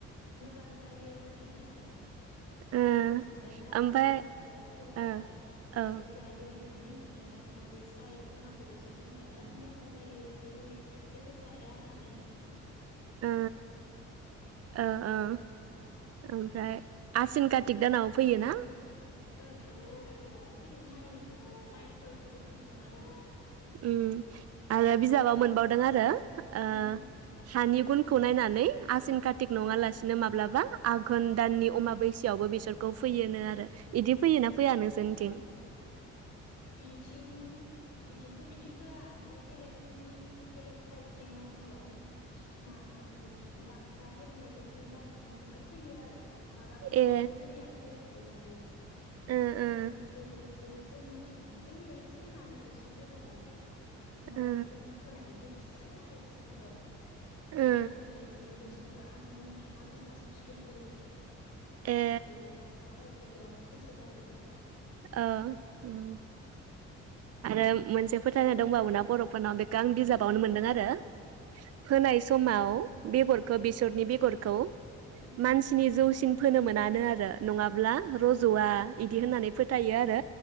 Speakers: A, on the left; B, on the right.
A: मोजां जायो होननानै होनो आरो ओमफ्राय
B: ओ
A: दानसोरां
B: ओमफ्राय
A: फोराव फोबाला
B: ओ औ
A: एम्फौ बियो बिदि होननानै आरो अमाबैसायाव फोनांगौ बेसरखौ होमबाना बिरात मोजां जायो एम्फौ हेरि जेबो जाया होन्नानै
B: ओ ओ ओ ओमफ्राय आसिन खारथिक दानाव फैयो ना?
A: ओं आसिन कातिकआवनो फोयो। माइ माइफोरखौबो थांखांनानै
B: उम्म
A: उम
B: आरो बिजाबाव मोनबावदों आरो ओ
A: उम
B: हानि गुनखौ नायनानै आसिन खारथिक नङा लासिनो माब्लाबा आघोन दाननि अमाबैसोयावबो बेसरखौ फैयोनो आरो। बिदि फैयोना फैया नोंसोरनिथिं?
A: उम बिथिं बिथिंथ बिदि फोया ओमफ्राय बेलेग जोंनि बेलेग साइडथिं र मा बाक्सा होरि इफोरथिं बिदिखौ फोयो आरो। माबा बेसरनि
B: ए
A: जोलैयानो बेलेग थायोना बियो।
B: ओ ओ
A: बै मोनसे एसे जोंनि थिं जोंनि बायदि सेमानो बेसर बेगरालाय। होमबाबो
B: ओ
A: जों फोनाय बो एसे गाहायसिन आरो।
B: ओ
A: गाहाय गाहाय बि बे बेखो आघोन आघोन मासाव फोनाय जायो बेखो।
B: ए
A: बे बाक्सा साइदथिं बिराद। फोसोगारो आरो बिदिखो।
B: ओ उम्म आरो मोनसे फोथायना दंबावो ना बर'फोरनाव बेखो आं बिजाबावनो मोनदों आरो फोनाय समाव बेगरखो बेसरनि बेगरखौ
A: उम
B: मानसिनि जौसिन फोनो मोनानो आरो नङाब्ला रजआ इदि होननानै फोथायो आरो।